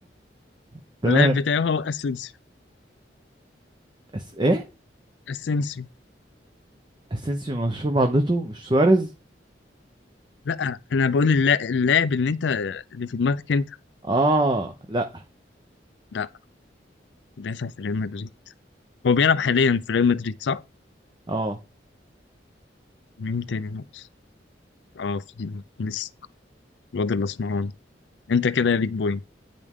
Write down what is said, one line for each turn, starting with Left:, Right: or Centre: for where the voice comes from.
Right: <laughs> تمام
Left: اللاب بتاعي هو اسينسيو
Right: أس ايه
Left: اسينسيو
Right: اسينسيو مشهور بعضته مش سواريز
Left: لا انا بقول اللا- اللاعب اللي انت اللي في دماغك انت
Right: اه لا
Left: لا دافع في ريال مدريد هو بيلعب حاليا في ريال مدريد صح؟
Right: اه
Left: مين تاني ناقص؟ اه في لسه الواد الاسمراني انت كده ليك بوينت